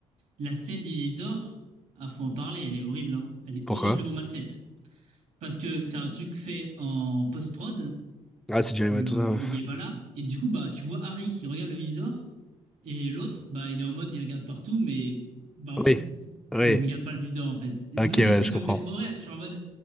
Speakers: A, on the right; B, in the centre.
A: La scène du vif d'or, ah, faut en parler, elle est horrible, hein. Elle est
B: Pourquoi?
A: horriblement mal faite. Parce que c'est un truc fait en post-prod,
B: Ah, c'est Jerry,
A: le,
B: ouais, tout ça. ouais.
A: il n'y est pas là, et du coup, bah, tu vois Harry qui regarde le vif d'or, et l'autre, bah, il est en mode, il regarde partout, mais bah, en
B: Oui.
A: fait,
B: Oui.
A: il ne regarde pas le vivant, en fait. Et
B: Ok,
A: du coup, la
B: ouais,
A: scène
B: je comprends.
A: me fait trop rire. Je suis en mode,